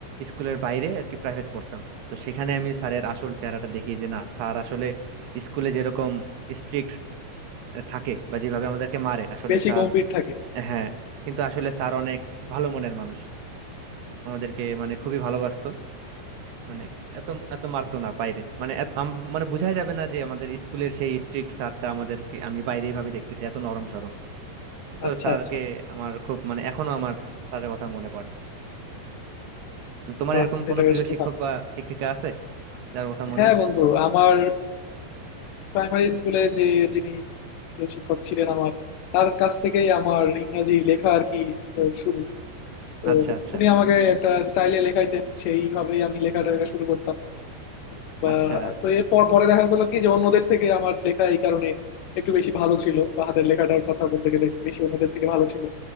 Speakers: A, on the right; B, on the left.
A: স্কুলের বাইরে আর কি প্রাইভেট পড়তাম তো সেখানে আমি স্যারের আসল চেহারাটা দেখি যে না স্যার আসলে স্কুলে যেরকম স্ট্রিক্ট থাকে বা যেভাবে আমাদেরকে মারে আসলে
B: বেশি
A: স্যার
B: গম্ভীর থাকে
A: হ্যাঁ কিন্তু আসলে স্যার অনেক ভালো মনের মানুষ আমাদেরকে মানে খুবই ভালোবাসতো মানে এত এত মারতো না বাইরে মানে এত- আম- মানে বোঝাই যাবে না যে আমাদের স্কুলের সেই স্ট্রিক্ট স্যারটা আমাদেরকে আমি বাইরে এইভাবে দেখতেছি এত নরম সরম তো
B: আচ্ছা
A: স্যারকে
B: আচ্ছা
A: আমার খুব মানে এখনো আমার স্যারের কথা মনে পড়ে তোমার
B: বাহ
A: এরকম কোনো
B: এটা বেশ
A: প্রিয়
B: তো
A: শিক্ষক
B: ভালো।
A: বা শিক্ষিকা আছে যার কথা মনে
B: হ্যাঁ
A: আছে
B: বন্ধু আমার প্রাইমারি স্কুলে যে যিনি যে শিক্ষক ছিলেন আমার তার কাছ থেকেই আমার ইংরাজি লেখা আর কি আহ, শুরু তো
A: আচ্ছা আচ্ছা
B: উনি আমাকে একটা স্টাইলে লেখাইতেন সেইভাবেই আমি লেখাটা লেখা শুরু করতাম বা
A: আচ্ছা
B: তো এরপর পরে দেখা গেলো কি যে অন্যদের থেকে আমার লেখা এই কারণে একটু বেশি ভালো ছিল বা হাতের লেখাটার কথা বলতে গেলে একটু বেশি অন্যদের থেকে ভালো ছিল